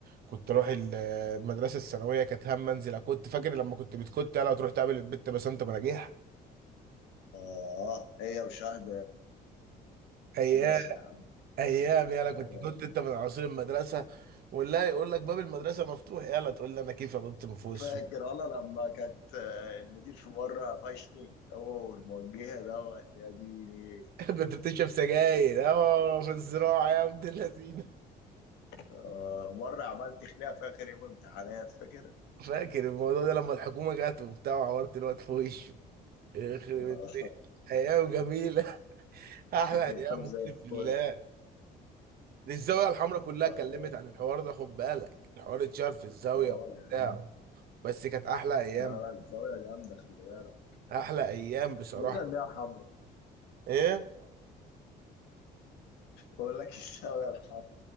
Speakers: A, on the right; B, on the left.
A: كنت اروح ال- المدرسه الثانويه كانت هم انزل كنت فاكر لما كنت بتكت يلا تروح تقابل البت بسنت مراجيح
B: آه هي وشهد
A: ايام
B: ماشي يا عم
A: ايام يلا
B: أيوة.
A: كنت كنت انت من عصير المدرسه والله يقول لك باب المدرسه مفتوح يلا تقول لي انا كيف انط من فوق السور
B: فاكر والله لما كانت آه، المدير في مرة قفشني هو والموجهة دوت يا ديني
A: <laughs> كنت بتشرب سجاير اه في الزراعة يا عبد اللذين
B: آه، مرة عملت خناقة في آخر يوم امتحانات فاكر؟
A: فاكر الموضوع ده لما الحكومة جت وبتاع وعورت الواد في وشه يخرب
B: آه،
A: البيت أيام جميلة <laughs> أحلى
B: <laughs>
A: أيام
B: يوم زي
A: أقسم
B: الفل
A: بالله دي الزاوية الحمراء كلها
B: اه
A: اتكلمت عن الحوار ده خد بالك الحوار اتشهر في الزاوية
B: آه يا
A: بتاعه
B: عم
A: بس كانت أحلى أيام
B: لا لا الزاوية جامدة خلي بالك
A: أحلى أيام بصراحة
B: لقيت إن هي حمرا
A: إيه
B: بقول لك الزاوية الحمرا